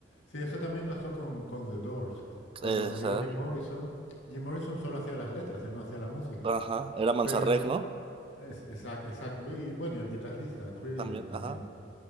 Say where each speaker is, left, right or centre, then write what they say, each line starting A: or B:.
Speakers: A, on the left; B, on the right.
A: Sí, eso también pasó con, con The Doors. Cuando
B: Esa,
A: murió Jim Morrison, Jim Morrison solo hacía las letras, él no hacía la música.
B: ajá. Era Manzarek,
A: Pero él,
B: ¿no?
A: es, exact- exact- y bueno, y el guitarrista, Krieger
B: También,
A: también.
B: ajá.